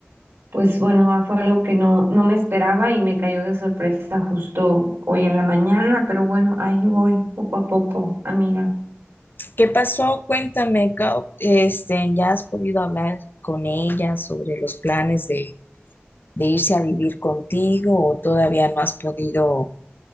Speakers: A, on the right (about 80°); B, on the left (about 50°).
A: pues bueno, ah, fue algo que no, no me esperaba y me cayó de sorpresa justo hoy en la mañana, pero bueno, ahí voy poco a poco, amiga.
B: ¿qué pasó? Cuéntame, ca- este, ¿ya has podido hablar con ella sobre los planes de, de irse a vivir contigo o todavía no has podido